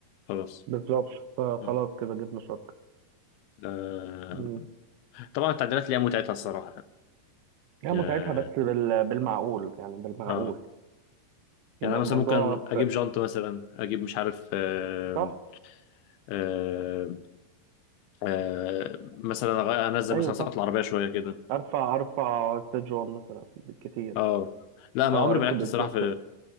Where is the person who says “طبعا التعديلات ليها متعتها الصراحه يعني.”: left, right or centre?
Left